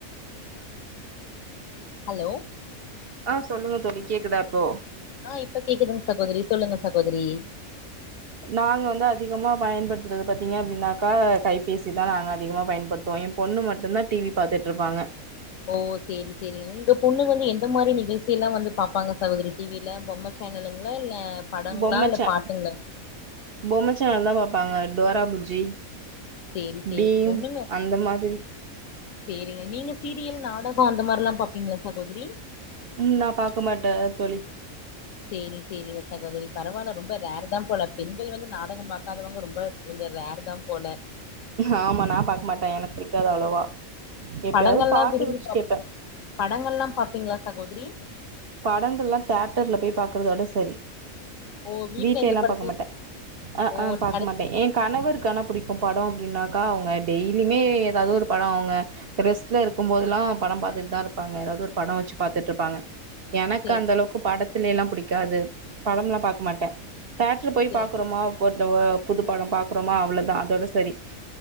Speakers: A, on the left; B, on the right.
A: அலோ
B: ஆ சொல்லுங்க தோழி கேக்குதா இப்போ
A: ஆ இப்ப கேக்குதுங் சகோதரி சொல்லுங்க சகோதரி
B: நாங்க வந்து அதிகமா பயன்படுத்துறது பாத்தீங்க அப்டின்னாக்கா கைபேசி தா நாங்க அதிகமா பயன்படுத்துவோ எ பொண்ணு மட்டுந்தா டி வி பாத்துட்ருப்பாங்க
A: ஓ சேரி சேரி உங்க பொண்ணு வந்து எந்த மாரி நிகழ்ச்சிலா வந்து பாப்பாங்க சகோதரி டி வி யில பொம்ம சேனலுங்ளா இல்ல படங்ளா
B: பொம்ம
A: இல்ல
B: சே
A: பாட்டுங்ளா
B: பொம்ம சேனல் தா பாப்பாங்க டோரா புஜ்ஜி
A: சேரி சேரி
B: பீம்
A: பொண்ணுங்க
B: அந்த மாதிரி
A: சேரிங்க நீங்க சீரியல் நாடகோ அந்த மார்லா பாப்பீங்ளா சகோதரி
B: ம் நா பாக்க மாட்ட தோழி
A: சேரி சேரிங்க சகோதரி பரவால்ல ரொம்ப ரேரு தா போல பெண்கள் வந்து நாடகம் பாக்காதவங்க ரொம்ப கொஞ்ச ரேர் தா போல
B: ஆமா நா பாக்க மாட்டே எனக் புடிக்காது அவ்ளோவா எப்பயாது
A: படங்கள்லா
B: பாட்டு
A: விரும்பி
B: வச்சு
A: பாப்
B: கேப்பே
A: படங்கள்லா பாப்பீங்ளா சகோதரி
B: படங்கள்லா தேட்டர்ல போய் பாக்குறதோட செரி
A: ஓ வீட்ல
B: வீட்லேலா
A: எந்த படத்தையு
B: பாக்க மாட்டே அ
A: ஓ
B: ஆ பாக்க
A: கடை
B: மாட்டே ஏ கணவர்கு ஆன புடிக்கு படோ அப்டினாக்கா அவுங்க டெய்லிமே ஏதாது ஒரு படோ அவுங்க ரெஸ்ட்ல இருக்குபோதுலா படம் பாத்துட் தா இருப்பாங்க ஏதாது ஒரு பட வச்சு பாத்துட்ருப்பாங்க எனக்கு
A: சேரி
B: அந்தளவுக்கு படத்திலெலா புடிக்காது படம்லா பாக்க மாட்டே தேட்ரு போய்
A: சேரி
B: பாக்குறோமா போத்த ஒ புது படம் பாக்குறோமா அவ்ளதா அதோட செரி